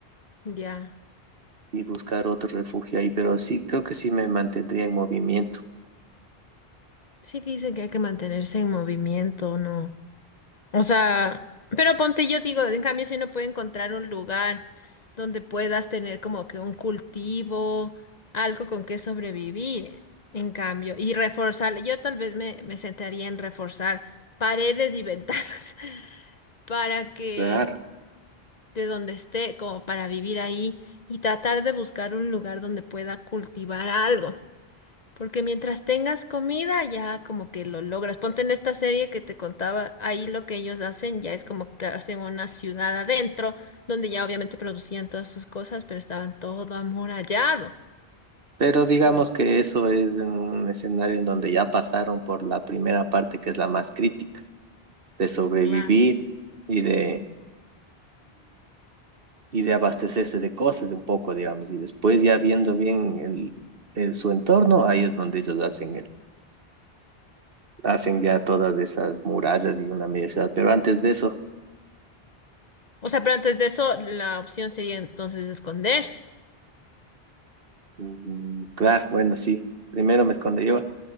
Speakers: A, on the left; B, on the right.
A: ya.
B: y buscar otro refugio ahí, pero sí, creo que sí me mantendría en movimiento,
A: Sí dicen que hay que mantenerse en movimiento, ¿no? O sea, pero ponte, yo digo, en cambio, si uno puede encontrar un lugar donde puedas tener como que un cultivo, algo con que sobrevivir, en cambio, y reforzar, yo tal vez me, me sentaría en reforzar paredes y ventanas <laughs> para que
B: claro.
A: de donde esté, como para vivir ahí y tratar de buscar un lugar donde pueda cultivar algo. Porque mientras tengas comida, ya como que lo logras. Ponte en esta serie que te contaba, ahí lo que ellos hacen ya es como que hacen una ciudad adentro, donde ya obviamente producían todas sus cosas, pero estaban todo amurallado.
B: Pero digamos
A: Entonces,
B: que eso es un escenario en donde ya pasaron por la primera parte que es la más crítica, de sobrevivir
A: claro.
B: y de y de abastecerse de cosas de un poco, digamos, y después ya viendo bien el, el- su entorno, ahí es donde ellos hacen el, hacen ya todas esas murallas y una media ciudad. Pero antes de eso,
A: O sea, pero antes de eso, la opción sería entonces esconderse.
B: mm, claro, bueno, sí, primero me escondería,